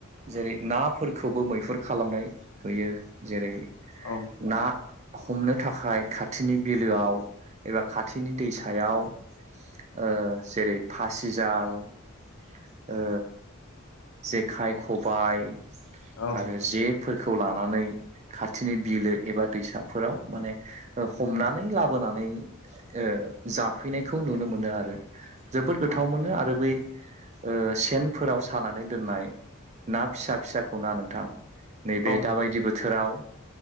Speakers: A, on the right; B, on the left.
A: जेरै नाफोरखौबो मैहुर खालामनाय होयो जेरै
B: औ
A: ना हमनो थाखाय खाथिनि बिलोआव एबा खाथिनि दैसायाव ओ जेरै फासिजाल ओ जेखाइ खबाय।
B: औ
A: आरो जेफोरखौ लानानै खाथिनि बिलो एबा दैसाफोराव माने हमनानै लाबोनानै ओ जाफैनायखौ नुनो मोनो आरो। जोबोद
B: औ
A: गोथाव मोनो आरो बै ओ सेनफोराव सानानै दोननाय ना फिसा फिसाखौ ना नोंथां। नैबे
B: औ
A: दाबायदि बोथोराव